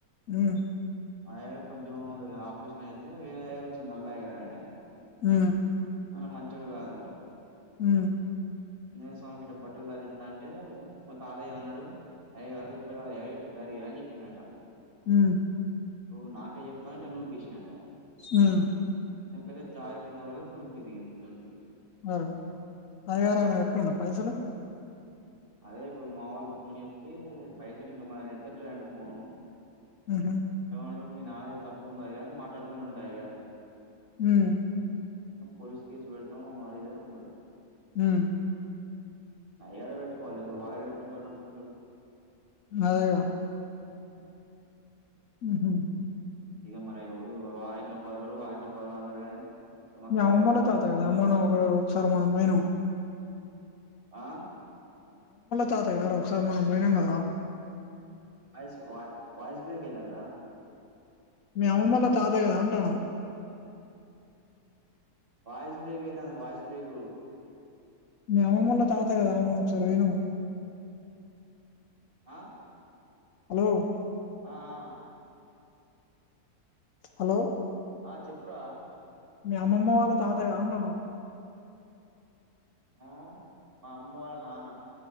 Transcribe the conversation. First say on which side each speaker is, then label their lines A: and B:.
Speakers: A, on the left (about 65°); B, on the right (about 35°).
A: ఆ.
B: ఆ అయ్యగారు కొంచెం ఇగ ఆపరేషన్ అయతే వేరే అయ్యగారు వచ్చిండు నల్లయ్య గారు అనే టైనే.
A: ఆ.
B: అయినా మంచోడు కాదంట.
A: ఆ.
B: ఆంజనేయ స్వామికి గిట్ట బట్టలు ధారిస్తాంటే మా తాతయ్యమన్నాడు. అయ్యగారు ఇట్లా కదా అయ్యగారు ఇట్లా ధరియండి అని చెప్పిందంట.
A: ఆ.
B: నువ్వు నాకే చెప్తావ్ అని ఇట్లా నూకేషిండంట.
A: ఆ.
B: నుకేతే చారి కింద పడితే తొంటి ఇరిగిందంట తొంటి.
A: ఆ అయ్యగారు ఏమన్నా పెట్టుకున్నాడా పైసలు.
B: అదే ఇప్పుడు మా వాళ్ళక్ ఫోన్ చేస్తే పైసలు ఇంక మయ్ ఎత్తట్లేదంట ఫోను.
A: ఆహ.
B: ఏమన్నాడు మీ నాన్నది తప్పు ఉన్నది గా అని మాట్లాడుతున్నాడంట అయ్యగారు.
A: హుమ్.
B: పోలీస్ కేసు పెడతాం అది ఇది అని అంటున్నారు.
A: అ.
B: అయ్యగారే పెట్టుకోవాలె లేకుంటే వాడేడ పెట్టుకుంటాడు ముసలోడు.
A: అదేగా.
B: అ
A: ఉహు.
B: ఇంక మన ఎవరు వాని ఇంట్లో పది రోజులు వాళ్ళ ఇంట్లో పది రోజులు అన్నారు గాని. మా
A: మీ
B: కైద
A: అమ్మమ్మ
B: పెద్దమ్మ
A: తాత
B: చూసుకుంటది
A: కదా మనం
B: కావచ్చు
A: ఒక్క ఒకసారి పోయినం.
B: ఆ.
A: తాతగాదర ఒకసారి మనం పోయినాం కదా.
B: వాయిస్ వా వాయిస్ బ్రేక్ అయితందిరా
A: మీ అమ్మమ్మ వాళ్ళ తాత కదా అంటాన.
B: వాయిస్ బేక్ అయితాంది వాయిస్ బ్రేక్.
A: మీ అమ్మమ్మళ తాత కదా మనం ఒకసారి పోయినాము.
B: ఆ.
A: హలో.
B: ఆ ఆ.
A: హలో.
B: ఆ చెప్పురా.
A: మీ అమ్మమ్మ వాళ్ళ తాతగా అంటనా.
B: ఆ మా అమ్మ వాళ్ళ నాన్న.